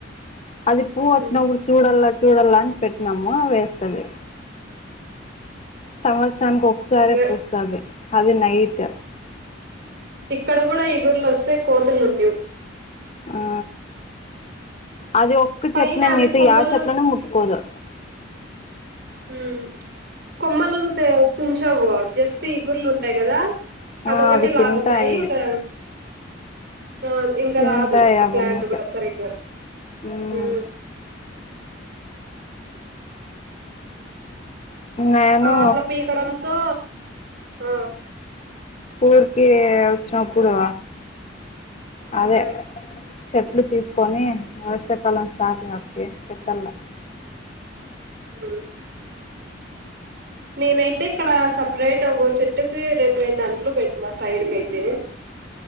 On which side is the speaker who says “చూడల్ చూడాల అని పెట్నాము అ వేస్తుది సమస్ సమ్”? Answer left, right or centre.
Left